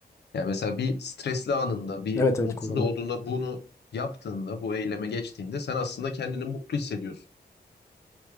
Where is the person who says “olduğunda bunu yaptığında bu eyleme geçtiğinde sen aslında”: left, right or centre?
Left